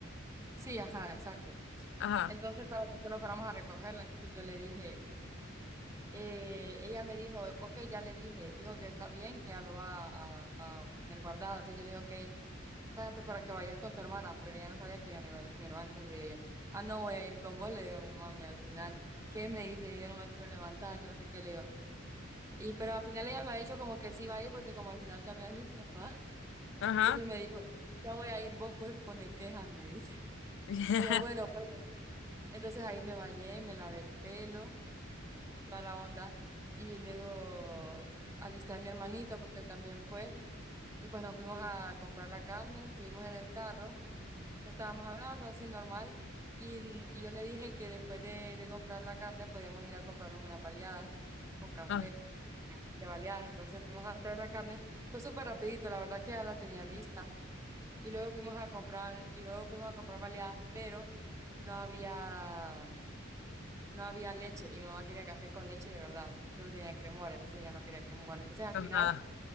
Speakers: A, on the right; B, on the left.
A: Sí, ajá, exacto.
B: Ajá,
A: Entonces para que solo fuéramos a recogerla, entonces yo le dije, eh, ella me dijo, ok, ya le dije, dijo que está bien, que ya lo va a, a tener guardado, entonces yo le dije, ok, Vaya, pues para que vayas con tu hermana, pero ella no sabía que iban a ir con mi hermana, entonces le digo yo, ah, no voy a ir con vos, le digo a mi mami al final, ¿qué me dice? Yo no me quiero levantar, que no sé qué le digo. Y pero al final ella me ha dicho como que sí va a ir porque como al final llamé a mi <laughs> papá,
B: ajá.
A: entonces me dijo, ya voy a ir, vos pues pone queja, me dice.
B: <laughs>
A: Y yo, bueno, pues le digo. entonces ahí me bañé, me lavé el pelo y toda la onda, y luego alisté a mi hermanito porque él también fue, y pues nos fuimos a comprar la carne, estuvimos en el carro. Estábamos hablando así normal y, y yo le dije que después de, de comprar la carne podíamos ir a comprarnos unas baleadas con café
B: Ah,
A: de baleadas. Entonces fuimos a traer la carne. Fue súper rapidito, la verdad que ya la tenía lista. Y luego fuimos a comprar, y luego fuimos a comprar baleadas, pero no había, no había leche. Y mi mamá quería café con leche de verdad. Solo tenía cremora, entonces ya no quería cremora. Entonces al
B: Ajá,
A: final